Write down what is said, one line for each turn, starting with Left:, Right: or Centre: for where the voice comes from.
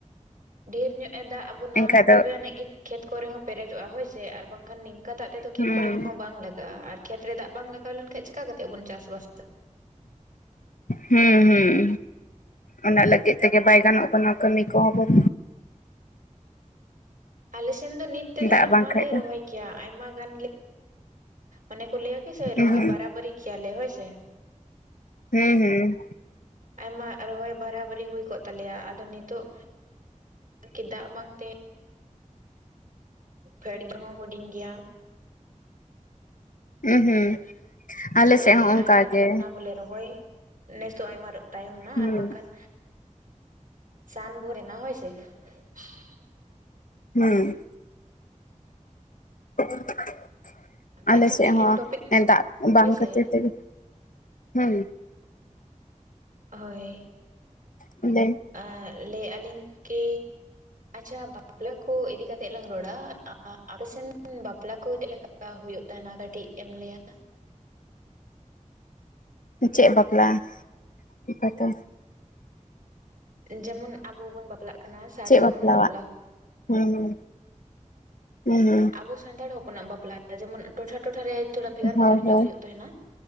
Right: ᱰᱷᱤᱨ ᱧᱚᱜ ᱮ ᱫᱟᱜ ᱟᱵᱚᱱᱟ
Left: ᱮᱱᱠᱷᱟᱡ ᱫᱚ
Right: ᱛᱚᱵᱮ ᱟᱹᱱᱤᱡ ᱜᱮ ᱠᱷᱮᱛ ᱠᱚᱨᱮ ᱦᱚᱸ ᱯᱮᱨᱮᱡᱚᱜᱼᱟ ᱦᱳᱭ ᱥᱮ ᱟᱨ ᱵᱟᱝ ᱠᱷᱟᱱ ᱱᱤᱝ ᱠᱟ ᱫᱟᱜ ᱛᱮᱫᱚ ᱠᱷᱮᱛ
Left: ᱦᱩᱸ
Right: ᱠᱚᱨᱮ ᱦᱚᱸ ᱵᱟᱝ ᱞᱟᱜᱟᱜᱼᱟ ᱟᱨ ᱠᱷᱮᱛ ᱨᱮ ᱫᱟᱜ ᱵᱟᱝ ᱞᱟᱜᱟᱣ ᱞᱮᱱᱠᱷᱟᱡ ᱪᱤᱠᱟ ᱠᱟᱛᱮᱫ ᱵᱚᱱ ᱪᱟᱥ-ᱵᱟᱥᱟ?
Left: ᱦᱩᱸ ᱦᱩᱸ ᱚᱱᱟ ᱞᱟᱹᱜᱤᱫ ᱛᱮᱜᱮ ᱵᱟᱭ ᱜᱟᱱᱚᱜ ᱠᱟᱱᱟ ᱠᱟᱹᱢᱤ ᱠᱚᱦᱚᱸ ᱵᱟᱹᱫ
Right: ᱟᱞᱮ ᱥᱮᱱ ᱫᱚ ᱱᱤᱛ ᱛᱮᱫᱚ
Left: ᱵᱟᱹᱫᱽ ᱫᱟᱜ
Right: ᱟᱭᱢᱟ
Left: ᱵᱟᱝᱠᱷᱟᱡ
Right: ᱞᱮ
Left: ᱫᱚ
Right: ᱨᱚᱦᱚᱭ ᱠᱮᱭᱟ ᱟᱭᱢᱟ ᱜᱟᱱ ᱜᱮ ᱚᱱᱮ ᱠᱚ ᱞᱟᱹᱭᱟ ᱜᱮᱥᱮ ᱨᱚᱦᱚᱭ
Left: ᱩᱸᱦᱩᱸ
Right: ᱵᱟᱨᱟ ᱵᱟᱨᱤ ᱠᱮᱭᱟᱞᱮ ᱦᱳᱭ ᱥᱮ?
Left: ᱦᱩᱸ ᱦᱩᱸ᱾
Right: ᱟᱭᱢᱟ ᱨᱚᱦᱚᱭ ᱵᱟᱨᱟᱵᱟᱹᱨᱤ ᱦᱩᱭ ᱠᱚᱜ ᱛᱟᱞᱮᱭᱟ ᱟᱫᱚ ᱱᱤᱛᱚᱜ ᱠᱤ ᱫᱟᱜ ᱵᱟᱝ ᱛᱮ ᱯᱷᱮᱰ ᱜᱮ ᱨᱮᱦᱚᱸ ᱦᱩᱰᱤᱧ ᱜᱮᱭᱟ᱾
Left: ᱩᱸ ᱦᱩᱸ᱾ ᱟᱞᱮ
Right: ᱪᱮᱫ ᱞᱤᱧ
Left: ᱥᱮᱫ ᱦᱚᱸ
Right: ᱞᱟᱹᱭᱟ,
Left: ᱚᱱᱠᱟ
Right: ᱟᱭᱢᱟ ᱛᱟᱭᱚᱢ
Left: ᱜᱮ
Right: ᱮᱱᱟ, ᱵᱚᱞᱮ ᱨᱚᱦᱚᱭ, ᱱᱮᱥ ᱫᱚ ᱟᱭᱢᱟᱨ ᱛᱟᱭᱚᱢ ᱮᱱᱟ,
Left: ᱦᱩᱸ
Right: ᱟᱨ ᱵᱟᱝᱠᱷᱟᱱ ᱥᱟᱱ ᱵᱷᱩᱨ ᱮᱱᱟ, ᱦᱳᱭ ᱥᱮ ᱾
Left: ᱦᱩᱸᱼ, <unintelligible> ᱟᱞᱮ
Right: ᱟᱪᱪᱷᱟ
Left: ᱥᱮᱫ
Right: ᱢᱤᱫᱴᱮᱱ
Left: ᱦᱚᱸ,
Right: ᱴᱚᱯᱤᱠ
Left: ᱮᱸ ᱫᱟᱜ ᱵᱟᱝ
Right: ᱦᱳᱭ ᱥᱮ
Left: ᱠᱷᱟᱹᱛᱤᱨ ᱛᱮᱜᱮ, ᱦᱩᱸᱻ
Right: ᱦᱳᱭ, ᱾
Left: ᱦᱚᱼ ᱞᱮ <unintelligible>
Right: ᱟᱼ ᱞᱟᱹᱭ, ᱮᱜᱼᱟᱹᱞᱤᱧ, ᱠᱤ ᱟᱪᱪᱷᱟ, ᱵᱟᱯᱞᱟ ᱠᱚ, ᱤᱫᱤ ᱠᱟᱛᱮᱜ ᱞᱟᱝ ᱨᱚᱲᱟ, <unintelligible> ᱟᱯᱮ ᱥᱮᱱ ᱵᱟᱯᱞᱟ ᱠᱚ, ᱪᱮᱫ ᱞᱮᱠᱟ? ᱞᱟ, ᱦᱩᱭᱩᱜ ᱛᱟᱸᱦᱮᱱᱟ, ᱠᱟᱹᱴᱤᱡ ᱮᱢ ᱞᱟᱹᱭᱟ?
Left: ᱪᱮᱫ? ᱵᱟᱯᱞᱟᱜ, ᱚᱠᱟ ᱟᱛᱳ?
Right: ᱡᱮᱢᱚᱱ, ᱟᱵᱚ ᱵᱚᱱ, ᱵᱟᱯᱞᱟᱜ ᱠᱟᱱᱟ ᱥᱟᱨ
Left: ᱪᱮᱜ
Right: ᱥᱟᱹᱜᱩᱱ
Left: ᱵᱟᱯᱞᱟᱣᱟ?
Right: ᱵᱟᱯᱞᱟ
Left: ᱦᱩᱸᱻ ᱦᱩᱸ, ᱦᱩᱸᱻ ᱦᱩᱸ ᱾
Right: ᱟᱵᱚ, ᱥᱟᱱᱛᱟᱲ ᱦᱚᱯᱚᱱᱟᱜ ᱵᱟᱯᱞᱟ, ᱡᱮᱢᱚᱱ ᱴᱚᱴᱷᱟ, ᱴᱚᱴᱷᱟ ᱨᱮ ᱾ ᱛᱷᱚᱲᱟ, ᱵᱷᱮᱜᱟᱨ,
Left: ᱦᱳᱭ
Right: ᱵᱷᱮᱜᱟᱨ
Left: ᱦᱳᱭ
Right: ᱧᱚᱜ, ᱦᱩᱭᱩᱜ ᱛᱟᱦᱮᱸᱱᱟ